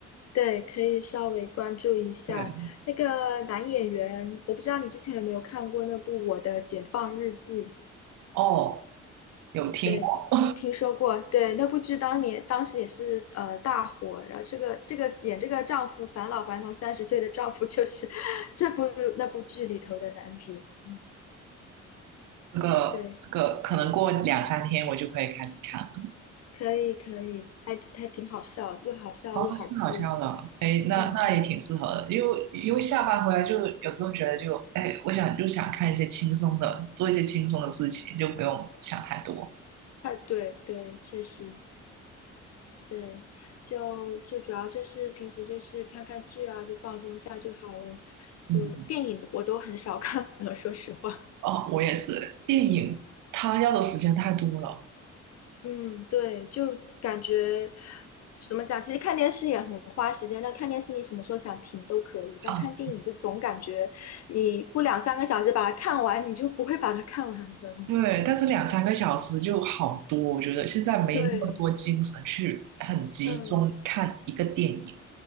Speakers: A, on the left (about 55°); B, on the right (about 85°).
A: 对，可以稍微关注一下那个男演员，
B: <laughs> 对，
A: 我不知道你之前有没有看过那部《我的解放日记》？
B: 哦，有听过
A: 对，听说过。对，那部剧当年当时也是呃大火，然后这个这个演这个丈夫返老还童三十岁的丈夫就是 <laughs> 这部那部剧里头的男主。嗯，
B: 这个，
A: 对，
B: 这个可能过两三天我就可以开始看了。
A: 可以可以，还还挺好笑，又好笑又好哭。
B: 哦，是好笑的，哎，那那也挺适合的，
A: 嗯嗯，
B: 因为因为下班回来就有时候觉得就，哎，我想就想看一些轻松的，做一些轻松的事情，就不用想太多。
A: 啊，对对，确实。对，就就主要就是平时就是看看剧啊，就放松一下就好了。就电影我都很少
B: 嗯，
A: <laughs> 看了，说实话。
B: 哦，我也是，电影它要的时间太多了
A: 嗯，对，就感觉怎么讲？其实看电视也很花时间，但看电视你什么时候想停都可以，但看电影就总感觉你不两三个小时把它看完，
B: 啊，
A: 你就不会把它看完的了
B: 对，但是两三个小时就好多，我觉得现在没那么多精神去很集中看一个电影。
A: <laughs> 对，嗯，